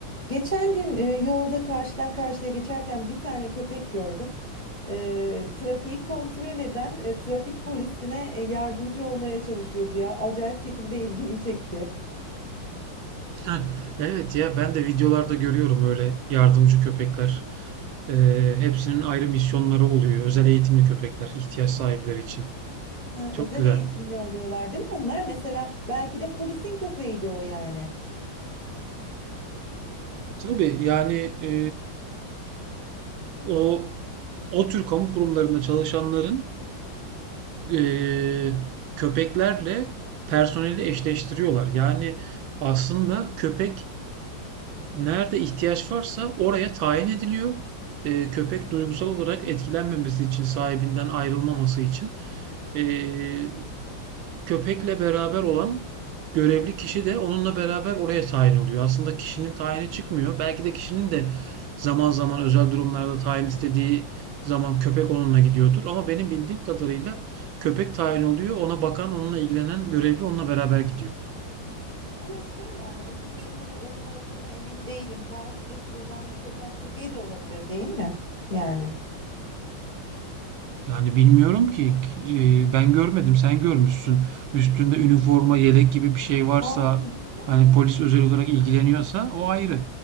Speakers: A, on the right; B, on the right.
A: Geçen gün e, yolda karşıdan karşıya geçerken bir tane köpek gördüm. E, trafiği kontrol eden e, trafik polisine e, yardımcı olmaya çalışıyordu ya. Acayip şekilde ilgimi çekti.
B: Heh, evet ya ben de videolarda görüyorum öyle yardımcı köpekler. Ee, hepsinin ayrı misyonları oluyor. Özel eğitimli köpekler ihtiyaç sahipleri için.
A: Ha,
B: Çok
A: özel
B: güzel.
A: eğitimli oluyorlar değil mi? Onlar mesela belki de polisin köpeğiydi o yani.
B: Tabii yani e, o o tür kamu kurumlarında çalışanların e, köpeklerle personeli eşleştiriyorlar. Yani aslında köpek Nerede ihtiyaç varsa oraya tayin ediliyor. Ee, köpek duygusal olarak etkilenmemesi için, sahibinden ayrılmaması için. Ee, köpekle beraber olan görevli kişi de onunla beraber oraya tayin oluyor. Aslında kişinin tayini çıkmıyor. Belki de kişinin de zaman zaman özel durumlarda tayin istediği zaman köpek onunla gidiyordur. Ama benim bildiğim kadarıyla köpek tayin oluyor. Ona bakan, onunla ilgilenen görevli onunla beraber gidiyor.
A: Ama şey yani o köpeğin hani onun olduğuna emin değilim. Belki de sıradan bir sokak köpeği de olabilir değil mi? Yani.
B: Yani bilmiyorum ki e, ben görmedim sen görmüşsün. Üstünde üniforma, yelek gibi bir şey varsa
A: Hayır canım
B: hani
A: yok
B: polis
A: ya.
B: özel olarak ilgileniyorsa o ayrı.